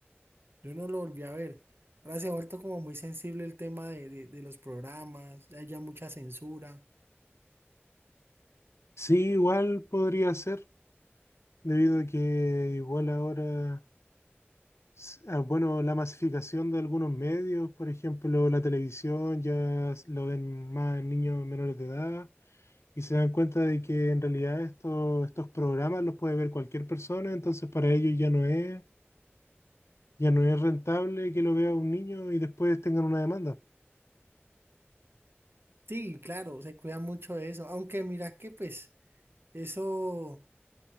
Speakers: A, on the right; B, on the left.
A: Yo no lo volví a ver. Ahora se ha vuelto como muy sensible el tema de, de- de los programas, hay ya mucha censura.
B: Sí, igual podría ser, debido a que igual ahora S- ah, Bueno, la masificación de algunos medios, por ejemplo, la televisión, ya s- lo ven más niños menores de edad y se dan cuenta de que en realidad esto- estos programas los puede ver cualquier persona, entonces para ellos ya no es, ya no es rentable que lo vea un niño y después tengan una demanda.
A: Sí, claro, se cuida mucho de eso. Aunque mira que pues eso, o